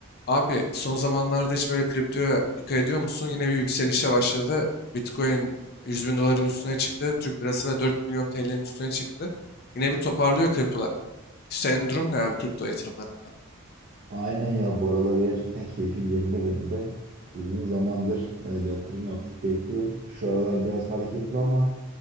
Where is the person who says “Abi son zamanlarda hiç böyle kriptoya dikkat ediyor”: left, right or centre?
Left